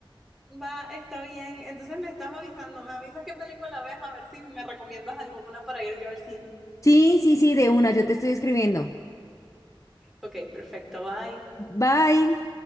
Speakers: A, in the centre; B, on the left.
A: Va, está bien. Entonces me estás avisando, me avisas qué película ves, a ver si me recomiendas alguna para ir yo al cine.
B: Sí, sí, sí, de una, yo te estoy escribiendo.
A: Ok, perfecto, bye.
B: Bye.